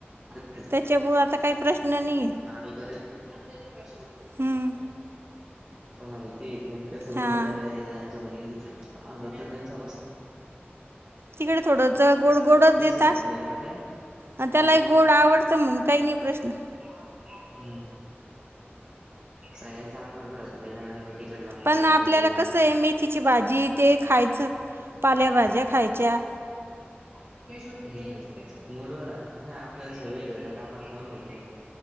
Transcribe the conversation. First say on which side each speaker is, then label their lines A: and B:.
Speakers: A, on the right (about 30°); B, on the right (about 70°).
A: <unintelligible>
B: त्यांच्यामुळे आतां कांहीं प्रश्नचं नाहीं आहे
A: आणी करलायं
B: हम्म
A: आं माहिती आहे ते तसं
B: हां
A: मी बंडा वैरेयलां जायचो कधीं कधीं आंज होतं त्यांचं मस्तं
B: तिकडे थोडं चं गोड गोडचं
A: फिक्स
B: देतां
A: राहायचं दोन रोट्या
B: अं त्यांलाही
A: आणि जी
B: गोड आवडतं म्हणूंन कांहीं नाहीं प्रश्नचं
A: हम्मं सर्वांचं आपलं आपलं असतें कांहीं जणांना तिखट लागतं
B: पणं
A: काहींना
B: आपल्यांला
A: गोड
B: कसं आहे मेथीची भाजी ते खायचं पालेभाज्यां खायच्यां
A: हु मुडं व राहतं नां आपल्यांला सवयं आहे घरांत आपणं खाऊंन घेतो